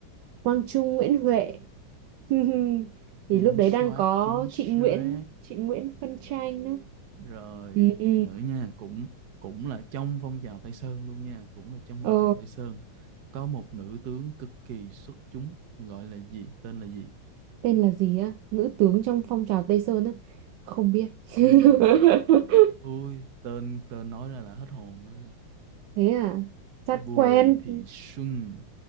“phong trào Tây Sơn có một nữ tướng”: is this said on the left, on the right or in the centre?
Right